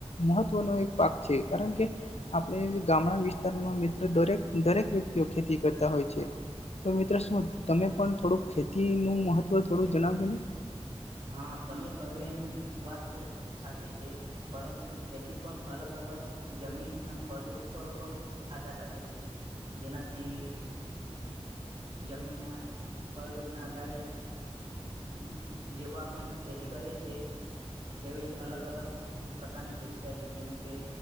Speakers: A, on the left; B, on the right.
A: મહત્વનો એક પાક છે કારણ કે આપણે જે ગામડા વિ સ્તર મિત્ર દરેક દરેક વ્યક્તિઓ ખેતી કરતા હોય છે તો મિત્ર શું ત-તમે પણ થોડું ખેતીનું મહત્વ થોડું જણાવજો ને.
B: હા તમે કહ્યું એમ વાત સાચી છે પરંતુ એ ખેતી પણ અલગ અલગ જમીનના ફળદૂપ પર-ઉપર-પ આધાર રાખે છે. જેનાથી જમીન ના ફળદરૂપ ના આધારે <inaudible> જેવો આપણે ખેતી કરીએ છીએ તેવી જ અલગ અલગ પ્રકારની ખેતી થાય છે જેમકે